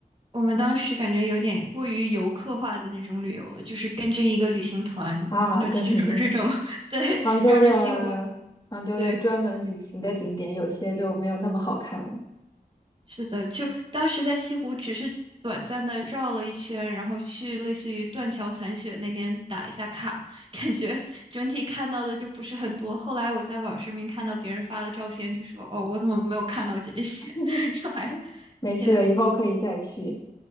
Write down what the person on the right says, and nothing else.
我们当时感觉有点过于游客化的那种旅游了，就是跟着一个旅行团，
那这种这种
<laughs> 对，
绕着西湖，对。
是的，就当时在西湖只是短暂的绕了一圈，然后去类似于断桥残雪那边打一下卡，<laughs> 感觉整体看到的就不是很多。后来我在网上面看到别人发的照片，就说：“哦，我怎么没有看到这些？”
<laughs> 就还，
天呐，